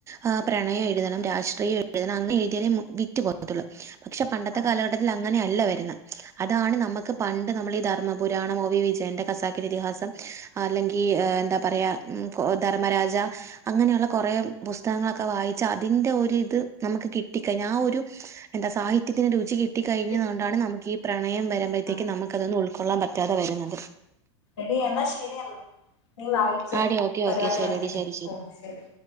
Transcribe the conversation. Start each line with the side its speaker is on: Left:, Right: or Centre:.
Right: ആ പ്രണയം എഴുതണം രാഷ്ട്രീയം എഴുതണം അങ്ങനെ എഴുതിയാലേ വിറ്റ് പോകത്തുള്ളൂ പക്ഷെ പണ്ടത്തെ
Left: ആഹ്
Right: കാല ഘട്ടത്തില് അങ്ങനെയല്ല വരുന്നെ അതാണ് നമുക്ക് പണ്ട് നമ്മള് ഈ ധർമ്മ പുരാണം ഓ വി വിജയന്റെ ഖസാക്കിന്റെ ഇതിഹാസ അല്ലെങ്കി എന്താ പറയാ ധർമ്മരാജ അങ്ങനെയുള്ള കോറെ പുസ്തകങ്ങളൊക്ക വായിച്ച അതിന്റെ ഒരി ഇത് നമുക്ക് കിട്ടിക്കഴിഞ്ഞ ആ ഒരു എന്താ സാഹിത്യത്തിന് രുചി കി ട്ടി കഴിഞ്ഞത്
Left: എടി
Right: കൊണ്ടാണ് നമുക്ക് ഈ പ്രണയം വരമ്പഴത്തേക്ക്
Left: ആ
Right: നമുക്ക് അതന്ന് ഉൾക്കൊള്ളാം പറ്റാതെ വരുന്നത്
Left: എടി എന്നാ ശരിയെന്നാ നീ വായിച്ചോ
Right: ആടി ഓക്കെ
Left: പരിവാടി
Right: ഓക്കെ ശരിയടി
Left: നടക്കട്ടെ
Right: ശരി
Left: ഓ ശരി